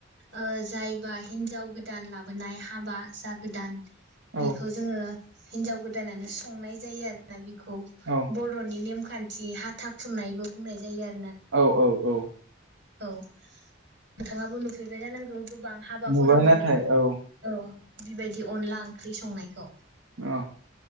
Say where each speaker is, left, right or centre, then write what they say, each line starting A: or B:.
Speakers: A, on the right; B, on the right.
A: ओ जायबा हिन्जाव गोदान लाबोनाय हाबा जा गोदान
B: औ
A: बेखौ जोङो हिनजाव गोदानानो संनाय जायो आरोना बि खौ
B: औ
A: बर'नि नेमखान जि हाथा खुरनायबो बुंनाय जायो आरो
B: औ औ औ
A: औ नोंथाङाबो नुफेरबाय जानांगौ। गोबां हाबाफोरावनो
B: नुबाय नाथाय औ
A: औ बिबायदि अनला ओंख्रि संनायखौ
B: औ